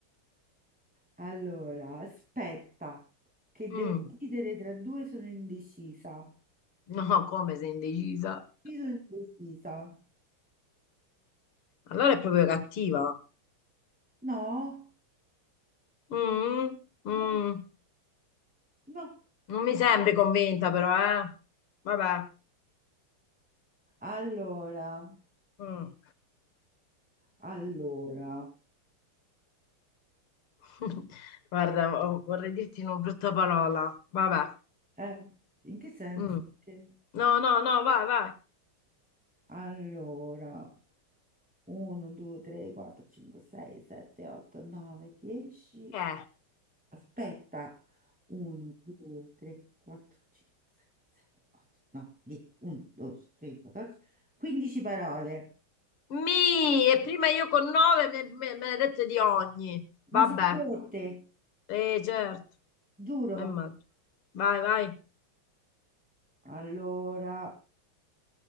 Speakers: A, in the centre; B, on the left (about 85°).
A: Allora, aspetta, che
B: Mm,
A: devo decidere tra due, sono indecisa.
B: no, come sei indecisa?
A: Sì, sono indecisa.
B: Allora è proprio cattiva.
A: No,
B: Mm, mm,
A: no, no.
B: non mi sembri convinta però, eh. Vabbè.
A: Allora,
B: Mm.
A: allora,
B: <laughs> Guarda, vo- vorrei dirti una brutta parola. Vabbè.
A: eh, in che senso?
B: Mm.
A: Che-
B: No, no, no, vai, vai.
A: Allora. 1, 2, 3, 4, 5, 6, 7, 8, 9, 10.
B: Che è?
A: Aspetta. 1, 2, 3, 4, 5, 6, 7, 8, 9, 10, 11, 12, 13, 14, 15 parole.
B: Mi, e prima io con nove me, me- me ne dette di ogni. Vabbè,
A: Ma sono corte,
B: eh, certo,
A: giuro.
B: mi immagino. Vai, vai.
A: Allora,